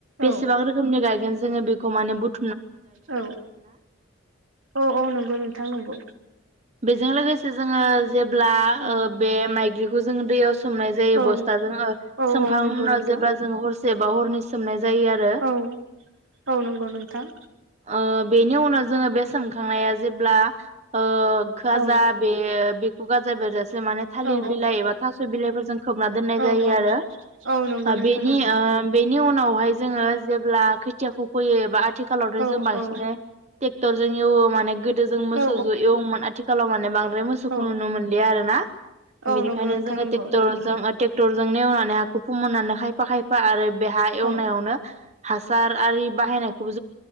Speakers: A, on the right; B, on the right.
A: बेसेबां
B: औ
A: रोखोमनि गायगोन जोङो बे खौ माने बुथ
B: औ औ औ नंगौ नोंथां नंगौ।
A: बेजों लोगोसे जोङो। जेब्ला
B: औ
A: ओ- बे माइग्रिखौ ज जों दैयाव सोम सोमनाय जायो
B: औ
A: बसथाजों ओ
B: औ
A: सोमखांनाय
B: औ नंगौ
A: उनाव
B: नोंथां
A: जेब्ला जोंङो हस जायबा हरनि सोमनाय जायो आरो
B: औ औ नंगौ नोंथां।
A: ओ बेनि उनाव जोङो बे सोमखांनाया जेब्ला ओ - खोआजा
B: औ
A: बे बेखौ गाज जा बेरजा माने थालिर
B: औ
A: बिलाइ एबा थास' बिलाइफोरजों खोबना दोननाय
B: औ
A: जायो
B: औ
A: आरो
B: औ नंगौ नोंथां
A: बेनि
B: नंगौ
A: ओ- बेनि उन उनावहाय जोङो जेब्ला खोथियाखौ फोयो एबा आथि खालावथ'
B: औ
A: जों बांसिनै
B: औ
A: टेक टरजों एवनो माने गोदो जों मोसौज'
B: औ
A: एवोमोन आथि खालाव माने बां द्राय मोसौखौ
B: औ
A: नुनो मोनलिया आरोना,
B: औ
A: बेनिखायनो
B: नंगौ नोंथां
A: जोङो
B: नंगौ
A: टेकटरजों
B: नंगौ
A: ओ टेकटर जों नेवनानै हाखौ फोमोननानै खायफा खायफा आरो बे हा एवनायावनो
B: औ
A: हासार आरि बाहायनाखौबो